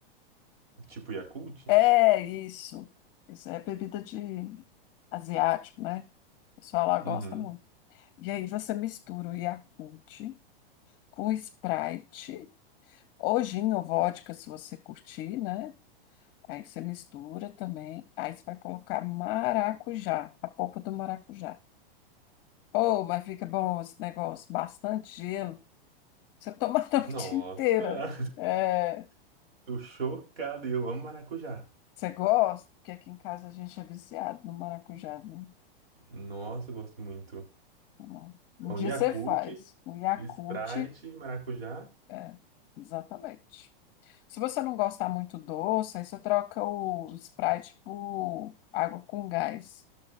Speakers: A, on the right; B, on the left.
A: Tipo Yakult?
B: É, é isso. Isso é bebida de asiático, né? O pessoal lá gosta
A: Uhum.
B: muito. E aí você mistura o Yakult com Sprite, ou gin ou vodka, se você curtir, né? Aí você mistura também. Aí você vai colocar maracujá, a polpa do maracujá. Oh, mas fica bom esse negócio, bastante gelo. Você toma a <laughs> noite
A: Nossa!
B: inteira. É,
A: <laughs> Tô chocado. E eu amo maracujá.
B: você gosta? Porque aqui em casa a gente é viciado no maracujá, viu?
A: Nossa, eu gosto muito.
B: Vamos lá.
A: Então,
B: Um dia
A: Yakult,
B: você faz um Yakult,
A: Sprite, maracujá.
B: é, exatamente. Se você não gostar muito doce, aí você troca o Sprite por água com gás,